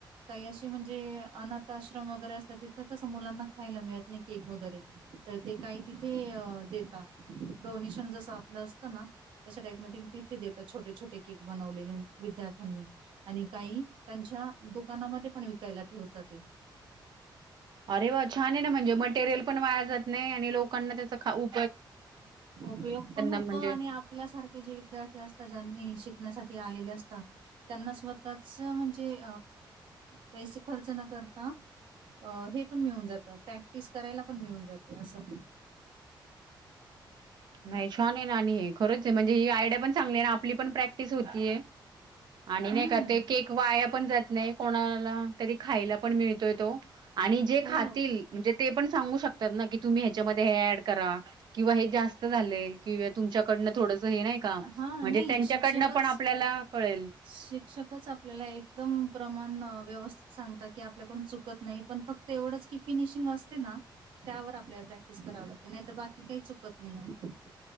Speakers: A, on the right (about 75°); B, on the right (about 60°).
A: काही अशी म्हणजे अनाथ आश्रम वगैरे असतात तिथं कसं मुलांना खायला मिळत नाही केक वगैरे तर ते काही तिथे अ देतात. डोनेशन जसं आपलं असतं ना तशा टाईप मध्ये तिथे देतात छोटे छोटे केक बनवलेले विद्यार्थ्यां आणि काही त्यांच्या दुकानामध्ये पण विकायला ठेवता ते.
B: अरे वा! छान आहे ना म्हणजे मटेरियल पण वाया जात नाही आणि लोकांना त्याचं खाउ
A: उपयोग पण होतो
B: म्हणजे
A: आणि आपल्यासारखे जे विद्यार्थी असतात ज्यांनी शिक ण्यासाठी आलेले असता, त्यांना स्वतःचं अ म्हणजे पैसै खर्च कर करता अ हे पण मिळून जातं प्रॅक्टिस करायला पण मिळून जाते असं
B: नाही छान आहे ना आणि हे खरंच आहे म्हणजे ही आयडिया पण चांगली आहे ना आपली पण प्रॅक्टिस होतीय. <inaudible> आणि
A: हम्म.
B: नाही का ते केक वाया पण जात नाही कोणाला तरी खायला पण मिळतोय तो. आणि जे
A: हो
B: खातील म्हणजे ते पण सांगू शकतात ना की तुम्ही ह्याच्यामध्ये हे हे ऍड करा किंवा हे जास्त झालंय किंवा तुमच्याकडनं थोडंस हे नाही का
A: हां
B: म्हणजे
A: नाही
B: त्यांच्याकडनं
A: शिक्षकच
B: पण आपल्याला कळेल
A: शिक्षकच आपल्याला एकदम प्रमाण अ व्यवस्थित सांगत की, आपल्याकडून चुकत नाही पण फक्त एवढंच की, फिनिशिंग असते ना. त्यावर आपल्याला प्रॅक्टिस कराव लागते नाहीतर बाकी काही चुकत नाही आपल्या.